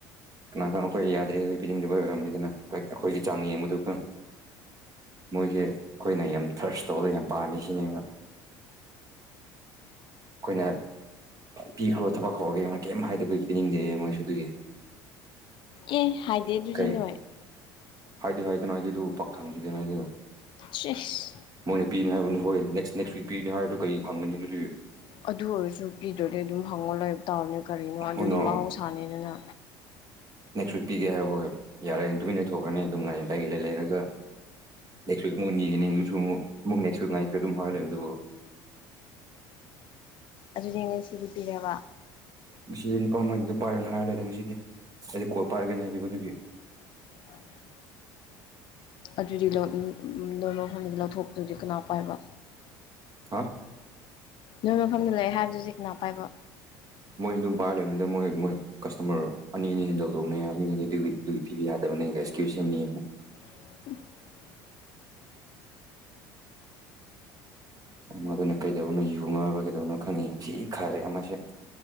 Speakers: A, on the right (about 35°); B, on the left (about 55°).
A: ꯀꯅꯥ ꯀꯅꯥꯣ ꯑꯩꯈꯣꯏ ꯌꯥꯗ꯭ꯔꯦ ꯍꯥꯏꯕ ꯄꯤꯅꯤꯡꯗꯕꯩ ꯑꯣꯏꯔꯝꯅꯤꯗꯅ ꯑꯩꯈꯣꯏꯒꯤ ꯆꯥꯡ ꯌꯦꯡꯕꯗꯨꯒ ꯃꯣꯏꯁꯦ ꯑꯩꯈꯣꯏꯅ ꯌꯥꯝ ꯊꯔꯁ ꯇꯧꯕꯗ ꯌꯥꯝ ꯄꯥꯝꯃꯤ ꯁꯤꯅꯦꯕ ꯑꯩꯈꯣꯏꯅ ꯄꯤꯈ꯭ꯔꯣ ꯊꯕꯛ ꯍꯧꯔꯒꯦ ꯀꯩꯝ ꯍꯥꯏꯗꯕꯤ ꯄꯤꯅꯤꯡꯗꯦ ꯃꯣꯏꯁꯨ ꯑꯗꯨꯒꯤ
B: ꯑꯦ ꯍꯥꯏꯗꯦ ꯑꯗꯨꯗꯤ
A: ꯀꯩ
B: ꯅꯣꯏ
A: ꯍꯥꯏꯗꯤ ꯍꯥꯏꯗꯅ ꯍꯥꯏꯒꯦ ꯑꯗꯨ ꯄꯛꯈꯪꯈꯤꯗꯦꯅ ꯍꯥꯏꯖꯦ
B: ꯁꯤꯁ
A: ꯃꯣꯏꯅ ꯄꯤꯅꯤ ꯍꯥꯏꯕꯅꯤ ꯍꯣꯏ ꯅꯦꯛꯁ ꯅꯦꯛꯠꯤ ꯄꯤꯔꯤ ꯍꯥꯏꯔꯗꯨ ꯀꯩ ꯐꯪꯒꯅꯤ ꯑꯗꯨꯗꯤ
B: ꯑꯗꯨ ꯑꯣꯏꯔꯁꯨ ꯄꯤꯗ꯭ꯔꯗꯤ ꯑꯗꯨꯝ ꯍꯪꯉꯣ ꯂꯏꯕ ꯇꯥꯕꯅꯦ ꯀꯔꯤꯅꯣ ꯑꯗꯨꯗꯤ
A: ꯍꯣꯏꯅꯣ
B: ꯃꯍꯧꯁꯥꯅꯤꯗꯅ
A: ꯅꯦꯛꯁ ꯋꯤꯛ ꯄꯤꯒꯦ ꯍꯥꯏ ꯍꯣꯏ ꯌꯥꯔꯦ ꯇꯨꯃꯤꯟꯅ ꯂꯩꯊꯣꯛꯀꯅꯤ ꯑꯗꯨꯝ ꯉꯥꯏ ꯂꯩ ꯂꯩ ꯂꯩꯔꯒ ꯅꯦꯛꯁꯋꯤꯛ ꯃꯉꯣꯟ ꯌꯦꯅꯤꯉꯅꯤ ꯑꯗꯨꯁꯨ ꯑꯃꯨꯛ ꯑꯃꯨꯛ ꯅꯦꯛꯁꯋꯤꯛ ꯉꯥꯏꯁꯨ ꯑꯗꯨꯝ ꯍꯧꯍꯜꯂꯦꯕ ꯑꯗꯨꯕꯨ
B: ꯑꯗꯨꯗ ꯉꯥꯁꯤꯗꯤꯄꯤꯔꯕ
A: ꯉꯁꯤ ꯅꯨꯄꯥ ꯃꯥꯒꯤꯗꯣ ꯄꯥꯏꯔꯅ ꯍꯥꯏꯔꯒ ꯂꯩꯔꯦ ꯉꯁꯤꯗꯤ ꯍꯥꯏꯗꯤ ꯀꯣꯏ ꯄꯥꯏꯔꯒꯦꯅꯦ ꯍꯥꯏꯕꯤꯌꯣ ꯑꯗꯨꯒꯤ
B: ꯑ <unintelligible> ꯑꯗꯨꯗꯤ ꯅꯣꯏ ꯅꯣ ꯂꯣꯏꯐꯝ ꯂꯧꯊꯣꯛꯄꯗꯨꯗꯤ ꯀꯅꯥ ꯄꯥꯏꯕ
A: ꯍꯥ
B: ꯅꯣꯏ ꯃꯐꯝꯗ ꯂꯩꯑꯦ ꯍꯥꯏꯕꯗꯨꯖꯤ ꯀꯅꯥ ꯄꯥꯏꯕ
A: ꯃꯣꯏꯅ ꯑꯗꯨꯝ ꯄꯥꯏꯔ ꯂꯩꯕꯅꯤꯗ ꯃꯣꯏ ꯃꯣꯏ ꯀꯁꯇꯃꯔ ꯑꯅꯤ ꯑꯅꯤ ꯍꯦꯟꯗꯧꯗꯧꯅꯦ ꯑꯅꯤꯗꯨꯗꯤ ꯑꯗꯨꯒꯤ ꯑꯗꯨꯒꯤ ꯄꯤꯕ ꯌꯥꯗꯕꯅꯦ ꯁꯀꯤꯌꯨꯁ ꯃꯤ
B: <unintelligible> <inaudible>
A: ꯑꯃꯗꯨꯅ ꯀꯩꯗꯧꯅꯣ ꯌꯨꯉꯥꯎꯕ ꯀꯩꯗꯧꯅꯣ ꯈꯪꯉꯤ ꯌꯥꯝ ꯊꯤ ꯈꯔꯦ ꯑꯃꯁꯁꯦ